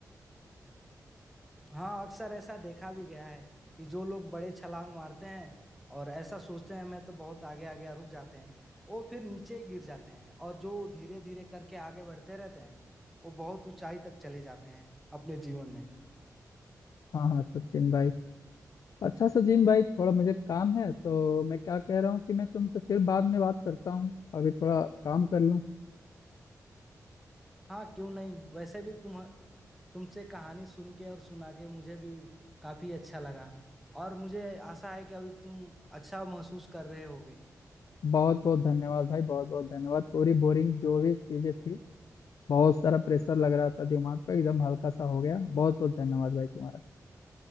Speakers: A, in the centre; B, on the left.
A: हाँ अक्सर ऐसा देखा भी गया है कि जो लोग बड़े छलांग मारते हैं और ऐसा सोचते हैं मैं तो बहुत आगे आ गया रुक जाते हैं वो फिर नीचे ही गिर जाते हैं और जो धीरे धीरे करके आगे बढ़ते रहते हैं वो बहुत ऊंचाई तक चले जाते हैं अपने जीवन में
B: हाँ हाँ सचिन भाई अच्छा सचिन भाई थोड़ा मुझे काम है तो मैं क्या कह रहा हूँ कि मैं तुमसे फिर बाद में बात करता हूँ अभी थोड़ा काम कर लूँ
A: हाँ क्यों नहीं वैसे भी तुम तुमसे कहानी सुन के और सुना के मुझे भी काफी अच्छा लगा और मुझे आशा है कि अभी तुम अच्छा महसूस कर रहे होगे
B: बहुत बहुत धन्यवाद भाई बहुत बहुत धन्यवाद पूरी बोरिंग जो भी चीजें थी बहुत सारा प्रेशर लग रहा था दिमाग पे एकदम हल्का सा हो गया बहुत बहुत धन्यवाद भाई तुम्हारा